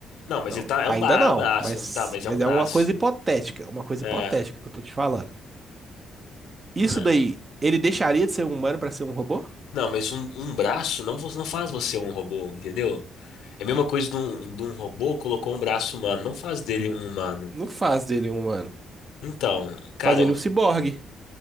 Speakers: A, on the left (about 85°); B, on the right (about 30°).
A: Não, mas
B: Não,
A: ele tá. É
B: ainda
A: um, ba...
B: não,
A: é um braço.
B: mas,
A: Tá, mas
B: mas
A: é um braço.
B: é uma coisa hipotética, uma coisa
A: É.
B: hipotética que eu tô te falando. Isso
A: N-
B: daí, ele deixaria de ser um humano pra ser um robô?
A: Não, mas um, um braço não, vo- não faz você um robô, entendeu? É a mesma coisa de um, de um robô colocou um braço humano. Não faz dele um humano.
B: Não faz dele um humano,
A: Então, cara,
B: faz ele um ciborgue.